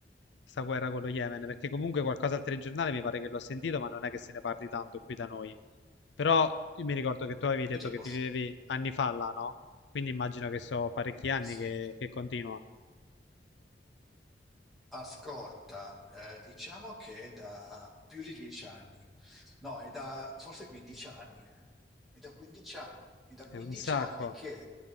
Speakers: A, on the left (about 80°); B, in the centre.
A: sta guerra con lo Yemen, perché comunque qualcosa al telegiornale mi pare che l'ho sentito, ma non è che se ne parli tanto qui da noi. Però io mi ricordo che tu avevi
B: Io
A: detto
B: tipo,
A: che vivevi
B: s-
A: anni fa là, no? Quindi immagino che so parecchi anni
B: sì.
A: che, che continua.
B: Ascolta, eh, diciamo che è da più di dieci anni, no, è da forse 15 anni, eh. È da 15 anni, è da 15
A: È un sacco.
B: anni che